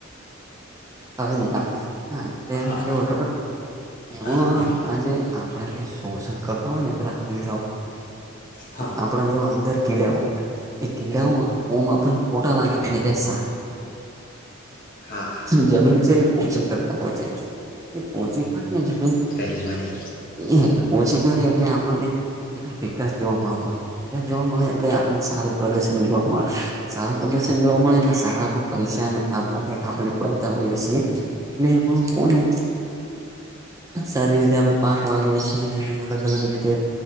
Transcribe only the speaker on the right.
હવે ન આમ હા એમ
વખ મેમ
આજે આપણે શોડસણ કરતા હોય ને પેલા કીડાઓ
આપણા જેવા અંદર કીડાઓ પ એ કીડાઓ ઓમ પણણ ફોટા લાગે પણ સ
જે જમીન છે એ પોચી કરતા હોય છે એ પોચી ખ ને જમીન
એ ઓછી કરે એટલે આપણને એનો વિકાસ જોવા મળતો હોય જોવા મળે એટલે આપણને સારું પ્રદર્શન જોવા મળે સારું પ્રદુષણ જોવા મળે એટલે સારા પણ પૈસા અને આપ બનતા હોઈએ છીએ એટલે એમાં કોને સારી રીતે આપણે પાક વાવીએે છીએ અનેને અલગ અલગ રીતે